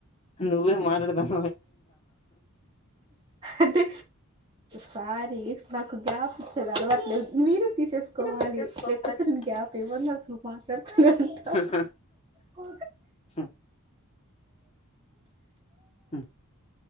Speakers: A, on the left (about 30°); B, on the right (about 25°).
A: నువ్వే మాట్లాడుతన్నావ్
B: అంటే సారి అసలే అలవాట్లేద్దు మీరే తీసేసుకోవాలి
A: మీరు తీసేసుకోవాలి
B: లేకపోతే నేను గ్యాప్ ఇవ్వను అసలు మాట్లాడుతునే ఉంటా
A: హా హా
B: కో
A: హా అ